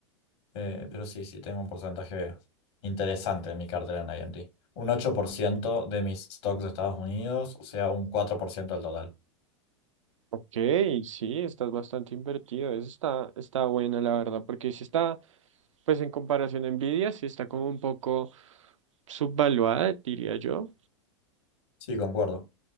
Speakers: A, on the left; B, on the right.
A: Eh, pero sí, sí, tengo un porcentaje interesante en mi cartera en AMD. Un 8% de mis stocks de Estados Unidos, o sea, un 4% del total.
B: Ok, sí, estás bastante invertido. Eso está, está buena, la verdad, porque sí está, pues en comparación a Nvidia, sí está como un poco subvaluada, diría yo.
A: Sí, concuerdo.